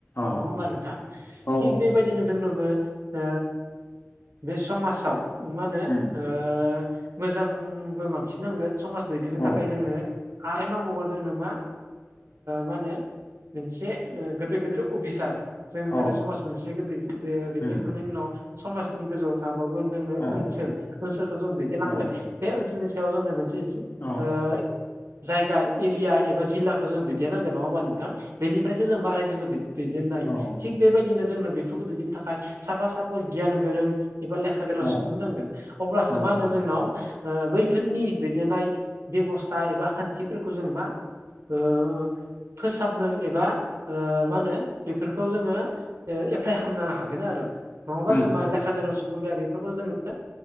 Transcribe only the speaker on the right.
होमब्ला नोंथां
थिग बेबायदिनो जोंनोबो ओ बे समाजाव मा होनो
ओ मोजांबो मानसि नांगोन समाज दैदेननो
थाखाय जोंनो आरो नांबावगोन जोंनो मा ओ मा होनो मोनसे गोदोर गोदोर अफिसार जों जेरै
समाज मोनसेखौ दैदेनखांनायनि
उनाव समाज नि गोजौआव थाबावगोन जोंनो
ओनसोल ओनसोलखौ जों दैदेनलांगोन
बे ओनसोलनि सायाव जोंनो मोनसे
ओ जायगा एरिया एबा जिला जों दैदेनांगोन नङा होमबा नोंथां बेनिफ्रायस जों मा रायजोखौ दै देननो हायो
थिग बेबायदिनो जोंनो बेफोरखौ दैदेननो थाखाय साफा साफा गियान गोरों एबा लेखा गोरों
सुबुं नांगोन अब्लासो
मा होनो जोंनाव ओ बैफोरनि दैदेननाय बेबस्था एबा खान्थिफोरखौ जों मा ओ फोसाबनो एबा ओ मा होनो बेफोरखौ जोंङो एप्लाइ खालामनो हागोन आरो। नङाबा
जों मा लेखा गोरों सुबुं गैया बेफोरखौ जोंङो